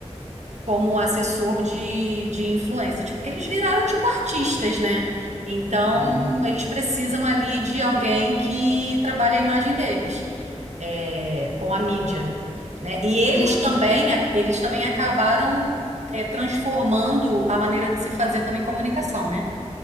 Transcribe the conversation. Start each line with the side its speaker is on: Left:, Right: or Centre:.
Right: como assessor de, de influência, tipo, porque eles viraram tipo artistas, né? Então,
Left: Uhum.
Right: eles precisam ali de alguém que trabalhe a imagem deles, é, com a mídia, né? E eles
Left: E o mercado.
Right: também, ac- eles também acabaram, é, transformando a maneira de se fazer também comunicação, né?